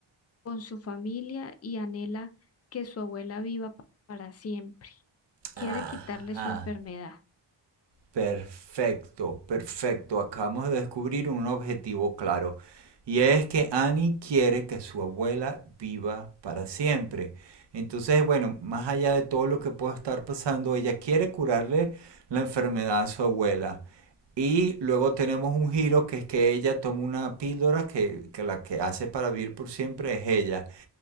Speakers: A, on the left (about 35°); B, on the right (about 60°).
A: con su familia y anhela que su abuela viva pa- para siempre. Quiere
B: Ajá.
A: quitarle su enfermedad.
B: Perfecto, perfecto. Acabamos de descubrir un objetivo claro. Y es que Annie quiere que su abuela viva para siempre. Entonces, bueno, más allá de todo lo que pueda estar pasando, ella quiere curarle la enfermedad a su abuela. Y luego tenemos un giro que es que ella toma una píldora que, que la que hace para vivir por siempre es ella.